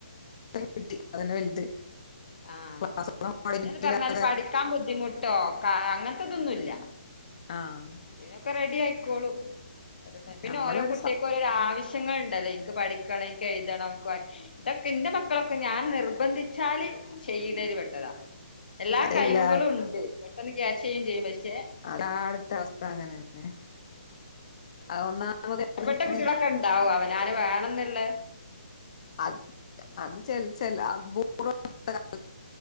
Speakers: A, on the left; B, on the left.
A: കിട്ടി അതന്നെ വലുത്
B: ആഹ്
A: ക്ലാസ് ഒന്നും മുടങ്ങിയിട്ടില്ലാതെ
B: പിന്നെന്ന് പറഞ്ഞാല് പഠിക്കാൻ ബുദ്ധിമുട്ടോ കാ അങ്ങനത്തെതൊന്നും ഇല്ല
A: ആഹ്
B: പിന്നൊക്കെ റെഡി ആയിക്കോളും ഒരെ ടൈ പിന്നെ
A: നമ്മളൊരു
B: ഓരോ കുട്ടിയാക്കും
A: സം-
B: ഓരാവശ്യ ങ്ങൾ ഉണ്ടല്ലേ ഇനിക്ക് പഠിക്കണം ഇന്ക്ക് എഴുതണം ഇൻക്ക് വാ ഇതൊക്കെ ഇന്റെ മക്കളൊക്കെ ഞാൻ നിർബന്ധിച്ചാല് ചെയ്യണേല് പെട്ടതാ എല്ലാ
A: അതെല്ലാ
B: കഴിവ്കളും ഇണ്ട് പെട്ടെന്ന് ക്യാച്ചെയ്യും ചെയ്യും പക്ഷേ
A: അതാടുത്ത അവസ്ഥ അങ്ങനെന്നെ അത് ഒന്നാമത്
B: ണ്ട
A: ഇങ്ങനെ
B: കുട്ടികളൊക്കെ ഇണ്ടാവും അവനാന് വേണം എന്ന് ഉള്ളേ
A: അത് അത് ചെൽ ചെൽ അബു <unintelligible>